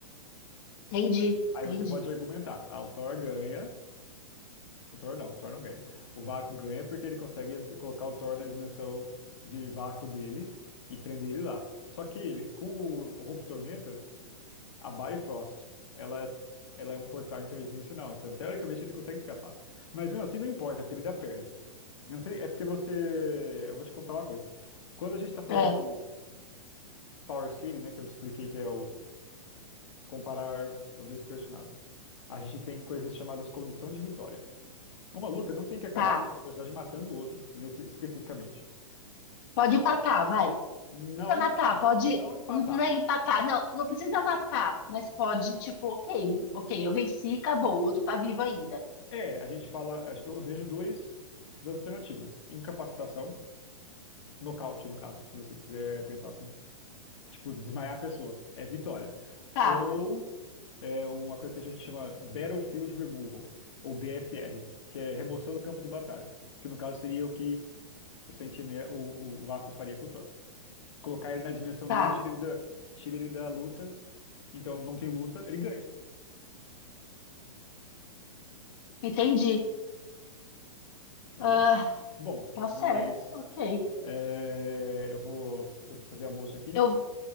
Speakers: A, on the left; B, on the left.
A: entendi,
B: Aí
A: entendi.
B: você pode argumentar, ah, o Thor ganha O Thor não, o Thor não ganha. O Vácuo ganha porque ele consegue ent- colocar o Thor na dimensão de vácuo dele e prender ele lá. Só que ele, com o Rompe Tormentas, a Bifrost, ela, é, ela é um portal interdimensional. Então, teoricamente, ele consegue escapar. Mas mesmo assim, não importa, porque ele ainda perde. Eu não sei, é porque você. Eu vou te contar uma coisa. Quando a gente tá falando
A: É,
B: de Power Scaling, né, que eu te expliquei que é o comparar dois personagens, a gente tem coisas chamadas condição de vitória. Uma luta não tem que acabar
A: tá.
B: com um personagem matando o outro, nesse especificamente.
A: Pode empatar, vai.
B: Não,
A: precisa matar, pode.
B: não empatar.
A: Não, não é empatar, não, não precisa matar, mas pode, tipo, ok, ok, eu venci, acabou, o outro tá vivo ainda.
B: É, a gente fala, eu vejo dois, duas alternativas. Incapacitação, nocaute no caso, se você quiser pensar assim. Tipo, desmaiar a pessoa, é vitória.
A: Tá,
B: Ou é uma coisa que a gente chama Battlefield Removal, ou BFR, que é remoção do campo de batalha, que no caso seria o que o sentinela, o, o Vácuo faria com o Thor. Colocar ele na dimensão
A: tá,
B: dele, tira ele da, tira ele da luta Então não tem luta, ele ganha,
A: entendi.
B: entendeu?
A: Ah,
B: Bom,
A: tá
B: mas
A: certo, ok.
B: é, eu vou, eu vou fazer almoço aqui.
A: Eu,